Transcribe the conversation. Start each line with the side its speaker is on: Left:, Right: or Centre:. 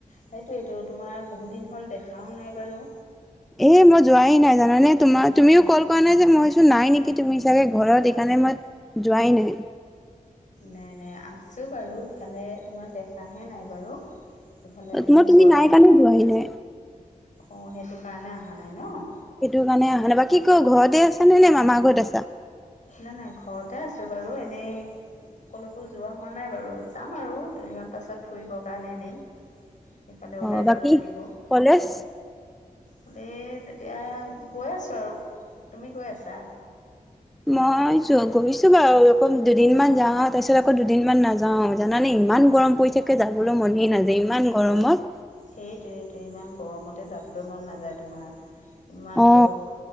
Left: সেইটোৱেইতো, তোমাৰ বহুত দিন হ'ল দেখাও নাই বাৰু।
Centre: এ মই যোৱাই নাই জানানে তোমাৰ তুমিও কল কৰা নাই যে মইছো নাই নেকি তুমি চাগে ঘৰত সেইকাৰণে মই যোৱাই নাই।
Left: নাই নাই আছোঁ বাৰু ভালে, তোমাক দেখাহে নাই বাৰু। এইফালে মানে
Centre: মই তুমি
Left: যোৱা
Centre: নাই কাৰণে যোৱাই নাই।
Left: অঁ সেইটো কাৰণে অহা নাই নহ?
Centre: সেইটো কাৰণে অহা নাই বা কি ক ঘৰতে আছ নে নে মামাৰ ঘৰত আছা?
Left: নাই, নাই ঘৰতে আছোঁ বাৰু এনেই কলৈকো যোৱা হোৱা নাই বাৰু, যাম আৰু দুদিনমান পাছত ফুৰিবৰ কাৰণে এনেই। সেইফালে ওলাই
Centre: অ', বাকী
Left: যাব লাগিব।
Centre: কলেজ?
Left: <unintelligible> তেতিয়া গৈ আছোঁ আৰু, তুমি গৈ আছা?
Centre: মই য গৈছো বাৰু, অকৌ দুদিনমান যাওঁ তাৰ পিছত আকৌ দুদিনমান নাযা যাওঁ জানানে ইমান গৰম পৰিছেকে যাবলৈ মন নাযায় ইমান গৰমত।
Left: সেইটোৱেটো, ইমান গৰমতে যাবলে মন নাযায় তোমাৰ ইমান
Centre: অ
Left: গৰম